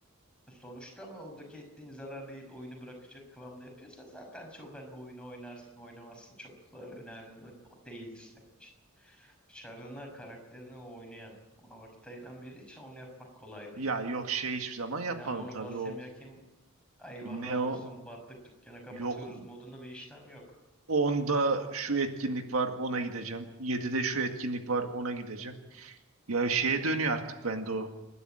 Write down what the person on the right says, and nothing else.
Ya yok şey hiçbir zaman yapmadım
tabii
o.
Ne o?
Yok.
Onda şu etkinlik var ona gideceğim. 7'de şu etkinlik var ona gideceğim. Ya şeye dönüyor artık bende o.